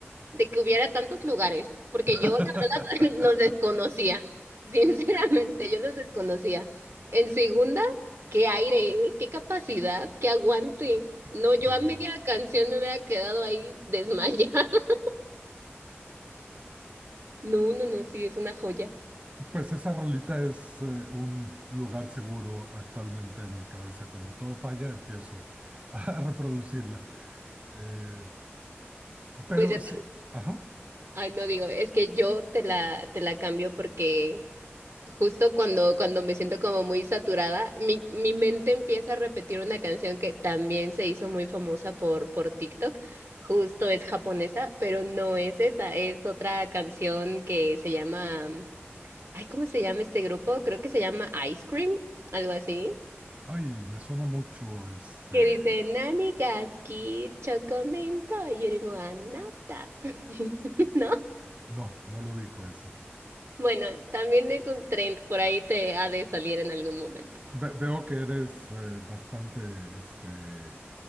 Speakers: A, on the right (about 75°); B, on the right (about 30°).
A: de que hubiera tantos lugares, porque
B: <laughs>
A: yo la verdad <laughs> los desconocía, sinceramente, yo los desconocía. En segunda, qué aire, ¿eh? qué capacidad, qué aguante. No, yo
B: Sí.
A: a media canción me hubiera quedado ahí desmayada. <laughs> No, no, no, sí, es una joya.
B: Pues esa rolita es eh, un lugar seguro actualmente en mi cabeza. Cuando todo falla, empiezo a <laughs> reproducirla. Eh, pero
A: Pues ya
B: sí,
A: te,
B: ajá.
A: ay, no digo, es que yo te la, te la cambio porque Justo cuando, cuando me siento como muy saturada, mi, mi mente empieza a repetir una canción que también se hizo muy famosa por, por TikTok. Justo es japonesa, pero no es esa, es otra canción que se llama, mm, ay, ¿cómo se llama este grupo? Creo que se llama Ice Cream, algo así,
B: Ay, me suena mucho este.
A: que dice Nani ga suki, chocominto yurimo anata. <laughs> ¿No?
B: No, no lo ubico esa.
A: Bueno, también es un trend, por ahí te ha de salir en algún momento.
B: Ve- veo que eres eh, bastante este.